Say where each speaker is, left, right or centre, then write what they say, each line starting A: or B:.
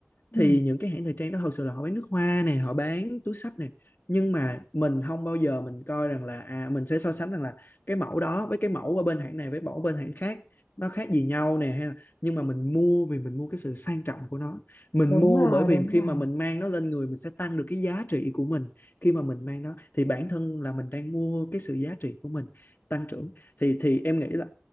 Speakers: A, on the left; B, on the left.
A: thì
B: ừ,
A: những cái hãng thời trang đó thật sự là họ bán nước hoa nè họ bán túi xách nè nhưng mà mình không bao giờ mình coi rằng là à mình sẽ so sánh rằng là cái mẫu đó với cái mẫu ở bên hãng này với mẫu bên hãng khác nó khác gì nhau nè hay là nhưng mà mình mua vì mình mua cái sự sang trọng của nó mình
B: đúng
A: mua
B: rồi
A: bởi vì
B: đúng
A: khi
B: rồi
A: mà mình mang nó lên người mình sẽ tăng được cái giá trị của mình khi mà mình mang nó thì bản thân là mình đang mua cái sự giá trị của mình tăng trưởng thì thì em nghĩ là